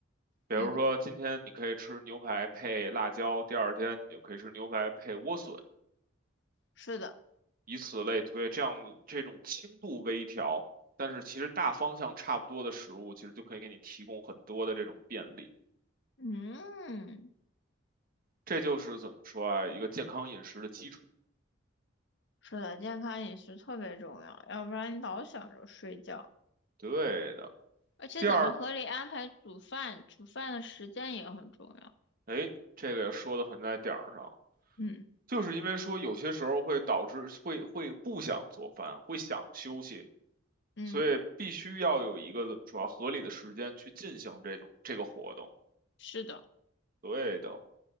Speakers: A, on the right; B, on the left.
A: 比如说，
B: 嗯，
A: 今天你可以吃牛排配辣椒，第二天你就可以吃牛排配莴笋，
B: 是的，
A: 以此类推。这样这种轻度微调，但是其实大方向差不多的食物，其实就可以给你提供很多的这种便利。
B: 嗯，
A: 这就是怎么说啊，一个健康饮食的基础。
B: 是的，健康饮食特别重要，要不然你老想着睡觉，
A: 对的。
B: 而且怎么合理安排煮饭，
A: 第二，
B: 煮饭的时间也很重要，
A: 哎，这个也说的很在点儿上。
B: 嗯
A: 就是因为说有些时候会导致会会不想做饭，会想休息，
B: 嗯，
A: 所以必须要有一个怎么说啊合理的时间去进行这种这个活动。
B: 是的，
A: 对的，